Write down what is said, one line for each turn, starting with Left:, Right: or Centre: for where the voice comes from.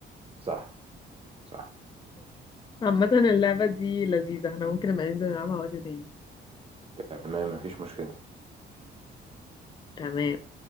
Right: صح صح
Left: عامة اللعبة دي لذيذة احنا ممكن نبقى ننزل نلعبها وقت تاني
Right: تمام مفيش مشكلة
Left: تمام